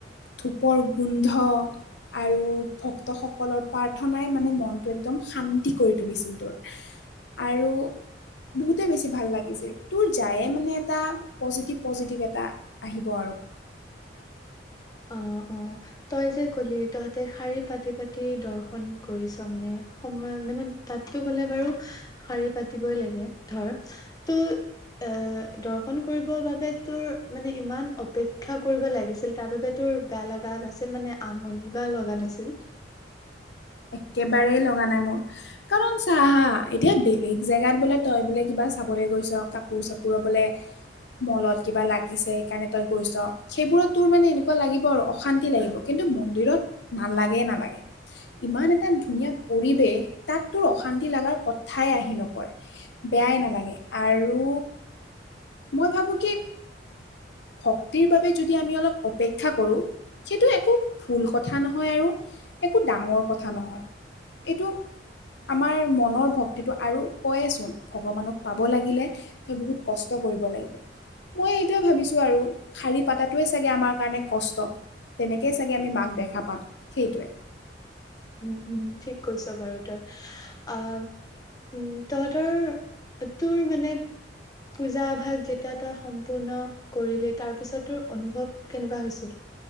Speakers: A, on the left; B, on the left.
A: ধূপৰ গোন্ধ আৰু ভক্তসকলৰ প্ৰাৰ্থনাই মানে মনটো একদম শান্তি কৰি তুলিছিল তোৰ। আৰু বহুতে বেছি ভাল লাগিছিল। তোৰ যায়ে মানে এটা পজিটিভ পজিটিভ এটা আহিব আৰু। <inaudible>
B: <inaudible> অ অ। তই যে কলি তহঁতে শাৰী পাতি পাতি দৰ্শন কৰিছ মানে সময় মানে তাততো গলে বাৰু শাৰী পাতিবই লাগে ধৰ ত' এ দৰ্শন কৰিবৰ বাবে তোৰ মানে ইমান অপেক্ষা কৰিব লাগিছিল তাৰ বাবে <unintelligible> তোৰ বেয়া লগা নাছিল মানে আমনি বা লগা নাছিল <unintelligible>
A: একেবাৰেই লগা নাই মোৰ কাৰণ চা হা এতিয়া বেলেগ জেগাত বোলে তই বোলে কিবা চাব <unintelligible> চাবলৈ গৈছ কাপোৰ-চাপোৰ ল'বলৈ <unintelligible> মলত কিবা লাগিছে সেইকাৰণে তই গৈছ সেইবোৰত তোৰ মানে এনেকুৱা লাগিব আৰু অশান্তি লাগিব কিন্তু <unintelligible> মন্দিৰত নালাগে নালাগে <unintelligible> ইমান এটা ধুনীয়া পৰিৱেশ তাত তোৰ অশান্তি লগাৰ কথাই আহি নপৰে বেয়াই <unintelligible> নালাগে আৰু মই ভাবোঁ কি ভক্তিৰ বাবে যদি আমি অলপ অপেক্ষা কৰোঁ <unintelligible> সেইটো একো ভুল কথা নহয় আৰু একো ডাঙৰ কথা নহয় এইটো আমাৰ মনৰ ভক্তিটো আৰু কয়চোন ভগৱানক পাব লাগিলে ত বহুত কষ্ট <unintelligible> মই সেইটোৱেই ভাবিছো আৰু শাৰী পতাটোৱেই চাগে আমাৰ কাৰণে কষ্ট। তেনেকেই চাগে আমি মাক দেখা পাম সেইটোৱেই।
B: উম উম ঠিক কৈছ বাৰু তই। আহ উম তহঁতৰ তোৰ মানে পূজা আভাস যেতিয়া তই সম্পূৰ্ণ কৰিলি তাৰ পিছত তোৰ অনুভৱ কেনেকুৱা হৈছিল?